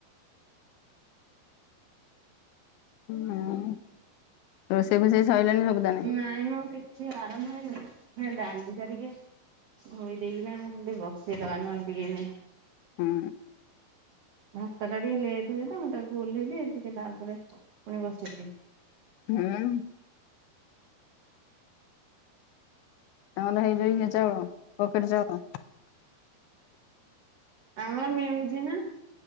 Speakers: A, on the left; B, on the right.
A: ହୁଁ ରୋଷେଇ ଫୋଷେଇ ସରିଲାଣି ସବୁ? ତାନେ
B: ନାଇଁ ମୁଁ କିଛି ଆରାମ ହେଇନ ହେ ଡାଲି ଟା ଟିକେ ଘୋଡେଇକିନା ନା ନହଲେ ବସେଇ ଦବା ନହଲେ ଟିକେ ଏନେ
A: ହୁଁ।
B: ଭାତ ଟା ଟିକେ ଲେଟ୍ ହୁଏତା ମୁଁ ତାକୁ ଓହ୍ଲେଇ ଦିଏ ଟିକେ ତାପରେ ଫୁଣି ବସେଇଦିଏ।
A: ହୁଁ। ନହଲେ ହେଇଯିବନି ଚାଉଳ ପକେଟ୍ ଚାଉଳ।
B: ଆମର ମିଳୁଚି ନା